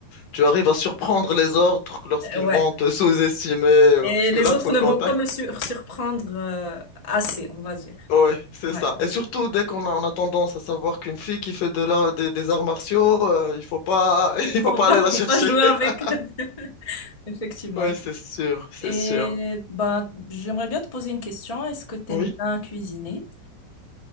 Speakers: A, on the left (about 60°); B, on the left (about 25°).
A: tu arrives à surprendre les autres lorsqu'ils
B: Ouais.
A: vont te sous-estimer. euh,
B: Et
A: Parce que
B: les
A: là, il
B: autres
A: faut le
B: ne
A: contact.
B: vont pas me sur- surprendre, euh, assez, on va dire.
A: Ouais, c'est
B: Ouais.
A: ça. Et surtout, dès qu'on a, on a tendance à savoir qu'une fille qui fait de la, des, des arts martiaux, euh, il faut pas, <laughs> il faut
B: Faut
A: pas
B: pas,
A: aller la
B: faut
A: chercher.
B: pas jouer avec.
A: <laughs>
B: <laughs> Effectivement.
A: Ouais, c'est sûr, c'est
B: Et
A: sûr.
B: bah, j'aimerais bien te poser une question. Est-ce que tu
A: Oui.
B: aimes bien cuisiner?